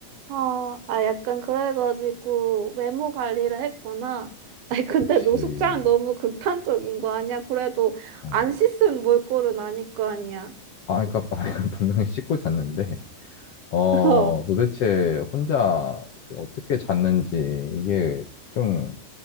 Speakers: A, on the right; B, on the left.
A: 아, 아, 약간 그래가지고 외모 관리를 했구나. <laughs> 아니, 근데
B: 그치
A: 노숙자는 너무 극단적인 거 아니야? 그래도
B: 어.
A: 안 씻은 몰골은 아닐 거 아니야.
B: 아 그러니까, 아, 그러니까 분명히 씻고 잤는데 어
A: <laughs> 어,
B: 도대체 혼자 그 어떻게 잤는지 이게 좀